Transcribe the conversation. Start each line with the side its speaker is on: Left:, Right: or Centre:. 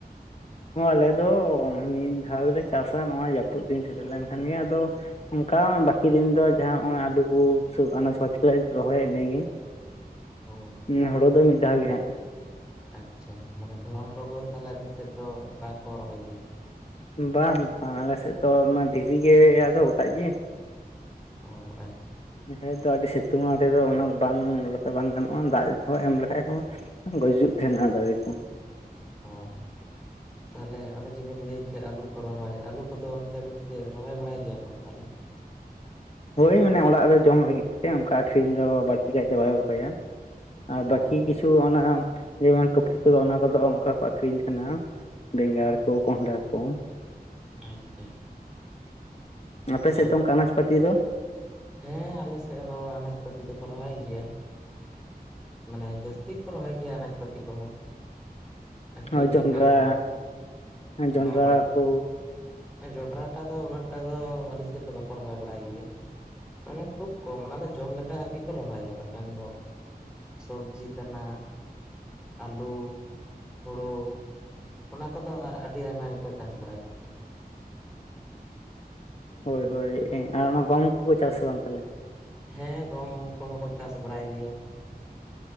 Left: ᱦᱚᱸ ᱟᱞᱮ ᱫᱚ ᱢᱤᱫ ᱫᱷᱟᱣ ᱜᱮᱞᱮ ᱪᱟᱥᱟ ᱱᱚᱣᱟ ᱡᱟᱹᱯᱩᱫ ᱫᱤᱱ ᱥᱮᱴᱮᱨ ᱞᱮᱱᱠᱷᱟᱱ ᱜᱮ ᱟᱫᱚ ᱚᱱᱠᱟ ᱵᱟᱹᱠᱤ ᱫᱤᱱ ᱫᱚ ᱡᱟᱦᱟᱸ ᱱᱚᱜ ᱚᱭ ᱟᱞᱩ ᱠᱚ ᱟᱱᱟᱡ ᱯᱟᱛᱤ ᱠᱚ ᱨᱚᱦᱚᱭᱟ ᱤᱱᱟᱹᱜᱮ
Centre: ᱚ
Left: ᱦ ᱦᱳᱲᱳ ᱫᱚ ᱢᱤᱫ ᱫᱷᱟᱣ ᱜᱮ ᱦᱟᱸᱜ
Centre: ᱟᱪᱪᱷᱟ ᱢᱟᱱᱮ ᱫᱷᱚᱨᱚᱱ ᱦᱚᱲ ᱠᱚᱫᱚ ᱛᱟᱦᱚᱞᱮ ᱟᱵᱤᱱ ᱥᱮᱫ ᱫᱚ ᱵᱟᱝᱠᱚ ᱨᱚᱦᱚᱭ ᱜᱮᱭᱟ
Left: ᱵᱟᱝ ᱵᱟᱝ ᱟᱞᱮ ᱥᱮᱫ ᱫᱚ ᱫᱷᱤᱨᱤ ᱜᱮᱭᱟ ᱟᱫᱚ ᱜᱚᱴᱟᱜ ᱜᱮ
Centre: ᱚ ᱟᱪᱪᱷᱟ
Left: ᱤᱱᱟᱠᱷᱟ ᱫᱚ ᱟᱹᱰᱤ ᱥᱤᱛᱩᱝᱼᱟ ᱛᱮᱫᱚ ᱚᱱᱟ ᱵᱟᱝ ᱵᱟᱝ ᱜᱟᱱᱚᱜᱼᱟ ᱫᱟᱜ ᱮᱢ ᱞᱮᱠᱷᱟᱡ ᱦᱚᱸ ᱜᱡᱩᱜ ᱛᱟᱦᱮᱱᱟ ᱫᱟᱨᱮ ᱠᱚ
Centre: ᱚ ᱛᱟᱦᱚᱞᱮ ᱚᱱᱮ ᱡᱮᱵᱤᱱ ᱞᱟᱹᱭ ᱠᱮᱭᱟ ᱟᱹᱞᱩ ᱠᱚ ᱨᱚᱦᱚᱭ ᱟᱹᱞᱩ ᱠᱚᱫᱚ ᱚᱱᱛᱮ ᱵᱤᱱ ᱨᱚᱦᱚᱭ ᱵᱟᱲᱟᱭ ᱜᱮᱭᱟ ᱠᱚ ᱛᱟᱦᱚᱞᱮ
Left: ᱦᱳᱭ ᱢᱟᱱᱮ ᱚᱲᱟᱜ ᱨᱮ ᱡᱚᱢ ᱞᱟᱹᱜᱤᱫ ᱛᱮ ᱚᱱᱠᱟ ᱟᱠᱷᱟᱨᱧ ᱫᱚ ᱵᱟᱹᱲᱛᱤ ᱠᱟᱭᱛᱮ ᱵᱟᱞᱮ ᱨᱚᱦᱚᱭᱟ ᱟᱨ ᱵᱟᱹᱠᱤ
Centre: ᱚ
Left: ᱠᱤᱪᱷᱩ ᱚᱱᱟ ᱡᱮᱢᱚᱱ ᱠᱩᱯᱤ ᱠᱚᱫᱚ ᱚᱱᱟ ᱠᱚᱫᱚ ᱚᱱᱠᱟ ᱠᱚ ᱟᱠᱷᱨᱤᱧ ᱛᱟᱦᱮ ᱵᱮᱸᱜᱟᱲ ᱠᱚ ᱠᱚᱸᱦᱰᱟ ᱠᱚ
Centre: ᱟᱪᱪᱷᱟ ᱟᱪᱪᱷᱟ
Left: ᱟᱯᱮ ᱥᱮᱫ
Centre: ᱟᱨ
Left: ᱫᱚ ᱟᱱᱟᱪ ᱯᱟᱹᱛᱤ ᱫᱚ
Centre: ᱦᱮᱸ ᱟᱞᱮ ᱥᱮᱫ ᱦᱚᱸ ᱟᱱᱟᱡᱽ ᱯᱟᱹᱛᱤ ᱫᱚᱠᱚ ᱨᱚᱦᱚᱭ ᱜᱮᱭᱟ ᱢᱟᱱᱮ ᱡᱟᱹᱥᱛᱤ ᱠᱚ ᱨᱚᱦᱚᱭ ᱜᱮᱭᱟ ᱟᱱᱟᱡᱽ ᱯᱟᱹᱛᱤ ᱠᱚᱦᱚᱸ ᱟᱠᱷᱨᱤᱧ
Left: ᱦᱳᱭ ᱡᱚᱱᱰᱨᱟ
Centre: ᱞᱮᱠᱟ ᱦᱚᱸ
Left: ᱡᱚᱱᱰᱨᱟ
Centre: ᱵᱟᱵᱟ
Left: ᱠᱚ
Centre: ᱡᱚᱱᱰᱨᱟ ᱴᱟ ᱫᱚ ᱩᱱᱟᱹᱜ ᱴᱟ ᱫᱚ ᱟᱞᱮ ᱥᱮᱫ ᱫᱚ ᱵᱟᱠᱚ ᱨᱚᱦᱚᱭ ᱵᱟᱲᱟᱭ ᱜᱮᱭᱟ ᱢᱟᱱᱮ ᱠᱷᱩᱵ ᱠᱚᱢ ᱚᱱᱟ ᱫᱚ ᱡᱚᱢ ᱞᱮᱠᱟ ᱟᱨᱠᱤ ᱠᱚ ᱨᱚᱦᱚᱭᱟ ᱵᱟᱠᱷᱟᱱ ᱫᱚ ᱥᱚᱵᱽᱡᱤ ᱛᱟᱱᱟᱜ ᱟᱹᱞᱩ ᱦᱳᱲᱳ ᱚᱱᱟ ᱠᱚᱫᱚ ᱟᱨ ᱟᱹᱰᱤ ᱟᱭᱢᱟ ᱜᱮᱠᱚ ᱪᱟᱥ ᱵᱟᱲᱟᱭᱟ
Left: ᱦᱳᱭ ᱦᱳᱭ ᱟᱨ ᱚᱱᱟ ᱜᱚᱢ ᱠᱚᱠᱚ ᱪᱟᱥ ᱟ ᱥᱮ ᱵᱟᱝ ᱛᱟᱦᱚᱞᱮ
Centre: ᱦᱮᱸ ᱜᱚᱢ ᱠᱚᱦᱚᱸ ᱠᱚ ᱪᱟᱥ ᱵᱟᱲᱟᱭ ᱜᱮᱭᱟ